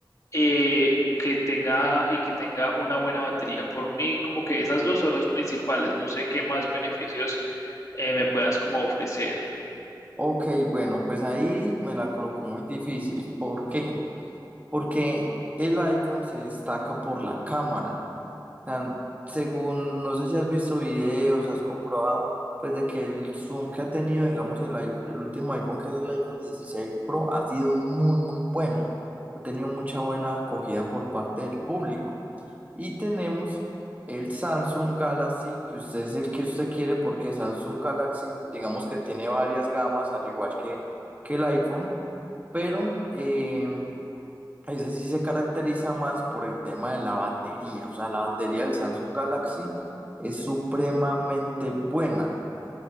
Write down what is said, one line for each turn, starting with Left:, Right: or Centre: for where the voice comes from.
Left: eh, que tenga y que tenga una buena batería. Por mí, como que esas dos son los principales, no sé qué más beneficios eh, me puedas como ofrecer.
Right: Ok, bueno, pues ahí me la colocó muy difícil. ¿Por qué? Porque el iPhone se destaca por la cámara. sea, según, no sé si has visto videos, has comprobado, pues de que el zoom que ha tenido, digamos, el, iPhone- el último iPhone, que es el iPhone dieciséis Pro, ha sido muy, muy bueno. Ha tenido mucha buena acogida por parte del público. Y tenemos el Samsung Galaxy, que usted es el que usted quiere, porque Samsung Galaxy, digamos que tiene varias gamas, al igual que, que el iPhone, pero eh, ese sí se caracteriza más por el tema de la batería. O sea, la batería del Samsung Galaxy es supremamente buena.